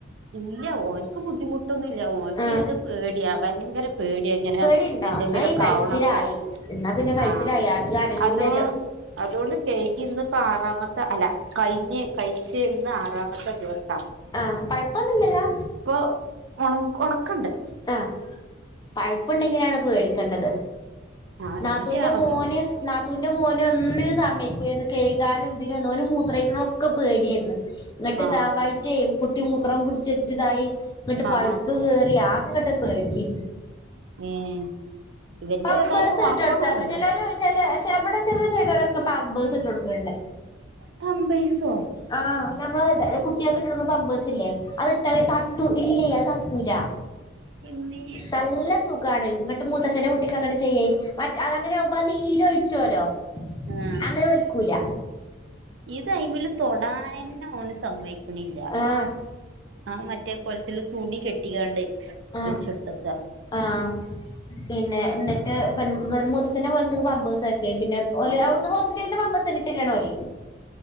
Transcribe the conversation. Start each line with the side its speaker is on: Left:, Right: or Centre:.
Right: ഇല്ല ഓനക്ക് ബുദ്ധിമുട്ടൊന്നും ഇല്ല ഓനക്ക്
Left: ആ
Right: ഇത് പേടിയാ ഭയങ്കരം പേടി ഇങ്ങനെ
Left: പേടിണ്ടോ
Right: എന്തെങ്കിലും
Left: എന്നാ ഈ
Right: ഒക്കെ
Left: കഴിച്ചിലായി
Right: ആവണൊക്കെ
Left: എന്നാ പിന്നെ കഴിച്ചിലായി
Right: ആഹ്
Left: അധികം അനങ്ങൂലല്ലോ
Right: അതെ അതുകൊണ്ട് കഴികി ഇന്നിപ്പോ ആറാമത്തെ അല്ല കഴിഞ്ഞ് കഴിച്ച് ആറാമത്തെ ദിവസ
Left: ആഹ് കുഴപ്പെന്നുമില്ലല്ലോ
Right: ഇപ്പൊ ഉണ ഉണക്കം ഇണ്ട്
Left: ആഹ് പഴുപ്പുണ്ടെങ്കിലാണ് പേടിക്കേണ്ടത്
Right: ആഹ്
Left: നാത്തൂന്റെ
Right: ഇല്ല ആഹ്
Left: മോന് നാത്തൂന്റെ മോന് ഒന്നിനും സമ്മയ്ക്കൂലോയു കൈയ്കാനും ഇതിന്നോന് ഓന് മൂത്രം ഒയ്ക്ക്ണ ഒക്കെ പേടായിയിരുന്നു ഇങ്ങിട്ട്
Right: ആഹ്
Left: ഇതാവായിറ്റേ കുട്ടി മൂത്രം പിടിച്ച് വെച്ചതായി ഇങ്ങിട്ട്
Right: ആഹ്
Left: പൈപ്പ് കേറി ആ ഇങ്ങോട്ട് പേടിച്ച്
Right: ഏഹ് ഇവന്റെ
Left: പാമ്പേഴ്സ്
Right: ഏതായാലും ഒണക്കം
Left: ഇട്ട് കൊടുത്തായിരുന്നു
Right: വന്ന്ക്ക്ണ്
Left: ചിലര് ചില ഇവിടെ ചില ചെയ്തോരെ പമ്പേഴസ് ഇട്ട് കൊടുക്ക്ണ്ട്
Right: പാമ്പേഴ്സോ
Left: ആഹ് നമ്മള് കുട്ടിആക്ക് ഇട്ട് കെട്ടുക്ക്ണ പമ്പേഴ്സ് ഇല്ലേ അത് ഇട്ടാ തട്ടു ഇല്ലയ് അത് തട്ടുലാ
Right: ഇമ്മേ
Left: നല്ല സുഖ സുഖമാണ് മൂത്തച്ഛന്റെ കുട്ടിക്ക് അങ്ങനെ ചെയ്യായി മറ്റ് അങ്ങനെ ആവുബോ നീര് ഒഴിച്ചുല്ലോ
Right: ആഹ്
Left: അങ്ങനെ ഒലിക്കൂല
Right: ഇത് അയിമല് തൊടൻ തന്നെ ഓന് സമ്മയിക്കണില്ല
Left: ആഹ്
Right: ആ മ മറ്റേ കൊലത്തില് തുണി കെട്ടിക്കാണ്ട്
Left: ആ
Right: വെച്ചെടുത്തക്ക
Left: ആഹ് പിന്നെ എനിട്ട് <unintelligible> മൂത്തച്ഛന്റെ മോന്ക്ക് പമ്പേ്സ് ഒക്കെ പിന്നെ ഓല് അവിടുന്ന് ഹോസ്പിറ്റലിൽ പമ്പേഴസ് ഇട്ട്തരാണ് ഓല്